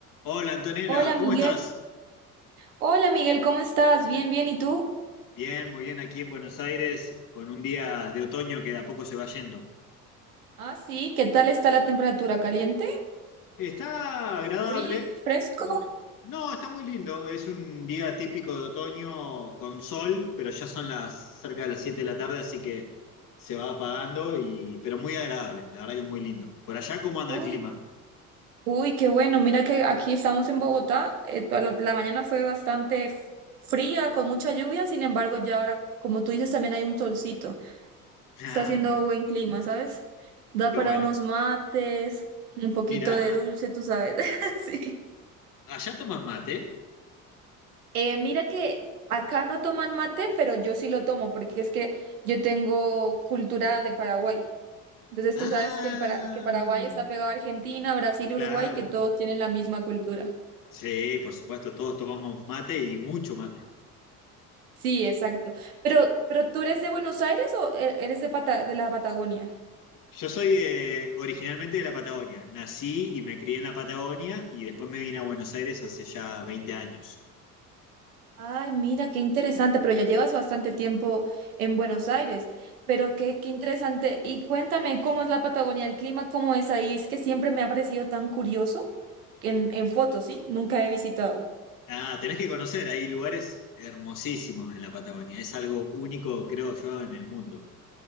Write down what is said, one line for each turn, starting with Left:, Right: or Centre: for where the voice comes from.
Left: Hola Antonella,
Right: Hola
Left: ¿cómo
Right: Miguel,
Left: estás?
Right: hola Miguel, ¿cómo estás? Bien, bien, ¿y tú?
Left: Bien, muy bien aquí en Buenos Aires, con un día de otoño que de a poco se va yendo.
Right: Ah, sí, ¿qué tal está la temperatura? ¿Caliente?
Left: Está agradable.
Right: ¿Frío? ¿Fresco?
Left: eh, No, está muy lindo. Es un día típico de otoño con sol, pero ya son las cerca de las 7 de la tarde, así que se va apagando y pero muy agradable, la verdad que muy lindo. Por allá, ¿cómo anda
Right: Uy,
Left: el clima?
Right: uy, qué bueno, mira que aquí estamos en Bogotá, eh, toda la, la mañana fue bastante f- fría, con mucha lluvia, sin embargo ya ahora, como tú dices, también hay un solcito,
Left: <laughs> Ah,
Right: está haciendo
Left: muy-
Right: buen clima, ¿sabes? Da
Left: qué
Right: para
Left: bueno.
Right: unos mates, un poquito
Left: Mirá,
Right: de dulce, tú sabes, <laughs> sí.
Left: allá tomas mate.
Right: Eh, mira que acá no toman mate, pero yo sí lo tomo porque es que yo tengo cultura de Paraguay. Entonces
Left: Ah,
Right: tú sabes que, el Para- que Paraguay está pegado a Argentina, Brasil,
Left: claro.
Right: Uruguay, que todos tienen la misma cultura.
Left: Sí, por supuesto, todos tomamos mate y mucho mate.
Right: Sí, exacto. Pero, pero ¿tú eres de Buenos Aires o e- eres de, Pata- de la Patagonia?
Left: Yo soy eh, originalmente de la Patagonia. Nací y me crié en la Patagonia y después me vine a Buenos Aires hace ya veinte años.
Right: Ay, mira, qué interesante, pero ya llevas bastante tiempo en Buenos Aires, pero qué, qué interesante. Y cuéntame, ¿cómo es la Patagonia, el clima, cómo es ahí? Es que siempre me ha parecido tan curioso en, en fotos, ¿sí? Nunca he visitado.
Left: Ah, tenés que conocer, hay lugares hermosísimos en la Patagonia. Es algo único, creo yo, en el mundo.